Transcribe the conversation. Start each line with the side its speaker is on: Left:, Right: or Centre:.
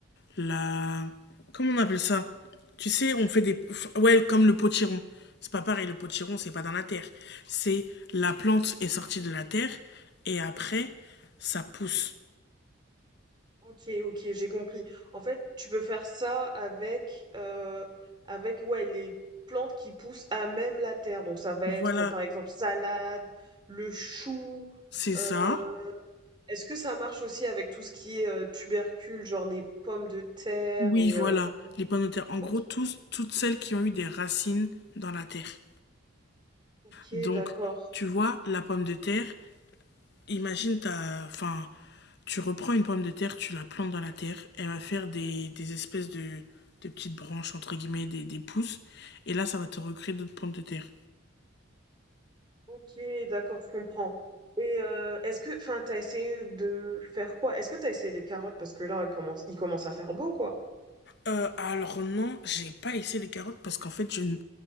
Left: la... Comment on appelle ça? Tu sais, on fait des... Ouais, comme le potiron. C'est pas pareil, le potiron, c'est pas dans la terre. C'est la plante est sortie de la terre et après, ça pousse.
Right: Ok, ok, j'ai compris. En fait, tu peux faire ça avec, euh, avec ouais, les plantes qui poussent à même la terre. Donc ça va
Left: Voilà,
Right: être par exemple salade, le chou.
Left: c'est ça.
Right: euh, est-ce que ça marche aussi avec tout ce qui est euh, tubercules, genre les pommes de terre
Left: Oui,
Right: et
Left: voilà,
Right: euh,
Left: les pommes de terre. En
Right: ok,
Left: gros, tous, toutes celles qui ont eu des racines dans la terre.
Right: ok,
Left: Donc,
Right: d'accord.
Left: tu vois, la pomme de terre, Imagine, t'as, enfin, tu reprends une pomme de terre, tu la plantes dans la terre, elle va faire des, des espèces de, de petites branches, entre guillemets, des, des pousses, et là, ça va te recréer d'autres pommes de terre.
Right: Ok, d'accord, je comprends. Et euh, est-ce que, enfin, t'as essayé de faire quoi? Est-ce que t'as essayé les carottes? Parce que là, il commence, il commence à faire beau, quoi.
Left: Euh, alors non, j'ai pas essayé les carottes parce qu'en fait, je ne